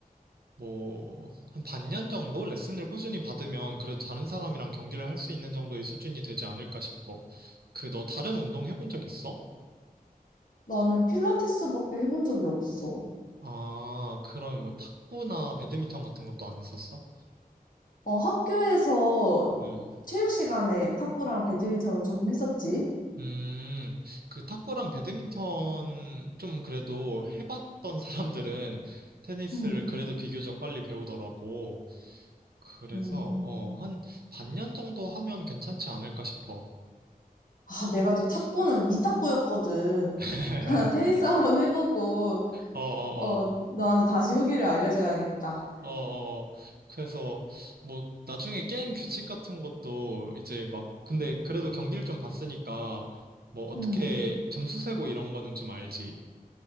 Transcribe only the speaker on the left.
나는 필라테스밖에 해본 적이 없어.
어, 학교에서
체육 시간에 탁구랑 배드민턴은 조금 했었지.
음.
음.
아, 내가 또 탁구는 위탁구였거든.
<laughs> 테니스 한번 해보고,
어, 너한테 다시 후기를 알려줘야겠다.
음.
음.